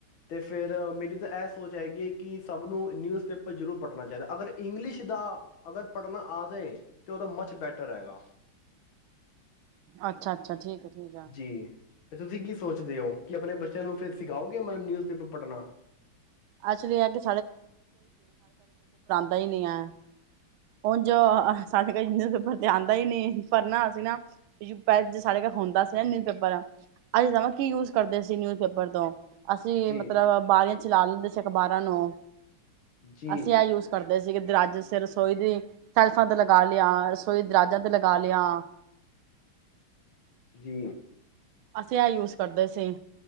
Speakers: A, on the left (about 75°); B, on the right (about 85°).
A: ਤੇ ਫਿਰ ਮੇਰੀ ਤਾਂ ਇਹ ਸੋਚ ਹੈਗੀ ਕਿ ਸਭ ਨੂੰ ਨਿਊਜ਼ ਪੇਪਰ ਜ਼ਰੂਰ ਪੜ੍ਹਨਾ ਚਾਹੀਦਾ, ਅਗਰ ਇੰਗਲਿਸ਼ ਦਾ ਅਗਰ ਪੜ੍ਹਨਾ ਆ ਜਾਵੇ ਤਾਂ ਉਹਦਾ ਮੱਚ ਬੈਟਰ ਹੈਗਾ।
B: ਅੱਛਾ-ਅੱਛਾ ਠੀਕ ਆ, ਠੀਕ ਆ।
A: ਜੀ, ਤੁਸੀਂ ਕੀ ਸੋਚਦੇ ਹੋ ਕਿ ਆਪਣੇ ਬੱਚਿਆਂ ਨੂੰ ਫਿਰ ਸਿਖਾਓਗੇ ਮਤਲਬ ਨਿਊਜ਼ ਪੇਪਰ ਪੜ੍ਹਨਾ।
B: ਐਕਚੁਲੀ ਐ ਕਿ ਸਈ ਨੀ ਹੈ। ਉੰਜ
A: ਅੱਛਾ,
B: <unintelligible> ਤੇ ਆਉਦਾ ਹੀ ਨਹੀਂ ਪਰ ਨਾ ਅਸੀਂ ਨਾ ਪਹਿ ਸਾਡੇ ਘਲ ਹੁੰਦਾ ਸੀ ਨਾ ਨਿਊਜ਼ ਪੇਪਰ ਅਜੇ ਤਾਂ ਕੀ ਯੂਜ ਕਰਦੇ ਸੀ ਨਿਊਜ਼ ਪੇਪਰ ਤੋਂ ਅਸੀਂ
A: ਜੀ,
B: ਮਤਲਬ ਬਾਰੀਆਂ ਚ ਲਾ ਲੈਂਦੇ ਅਖ਼ਬਾਰਾਂ ਨੂੰ।
A: ਜੀ,
B: ਅਸੀਂ ਆਹ ਯੂਜ ਕਰ ਕਹਿੰਦੇ ਸੀਗੇ ਦਰਵਾਜੇ ਤੇ ਰਸੋਈ ਦੀ ਸੈਲਫਾਂ ਤੇ ਲਗਾ ਲਿਆ ਰਸੋਈ ਦਰਵਾਜਾਂ ਤੇ ਲਗਾ ਲਿਆ।
A: ਜੀ
B: ਅਸੀਂ ਐ ਯੂਜ ਕਰਦੇ ਸੀ